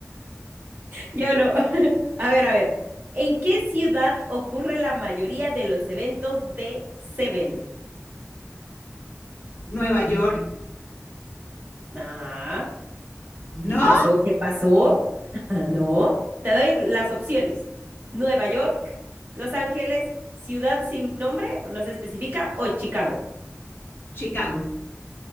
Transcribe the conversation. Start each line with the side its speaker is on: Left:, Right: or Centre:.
Right: yo no. <laughs> A ver, a ver. ¿En qué ciudad ocurre la mayoría de los eventos de Seven?
Left: Nueva York.
Right: Ah.
Left: ¿No?
Right: ¿Qué pasó? ¿Qué pasó? <laughs> No. Te doy las opciones. Nueva York, Los Ángeles, ciudad sin nombre o no se especifica, o Chicago.
Left: Chicago.